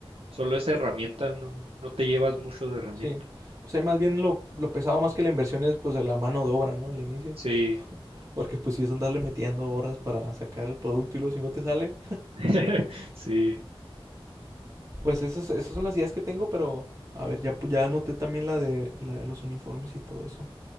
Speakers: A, on the right; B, on the right.
A: solo es herramienta, no, no te llevas mucho de herramienta.
B: Sí, pues ahí más bien lo, lo pesado más que la inversión es pues la mano de obra, ¿no? Al inicio.
A: Sí,
B: Porque pues si es andarle metiendo horas para sacar el producto y luego si no te sale.
A: <laughs> sí,
B: Pues esas, esas son las ideas que tengo, pero a ver, ya, ya anoté también la de, la de los uniformes y todo eso.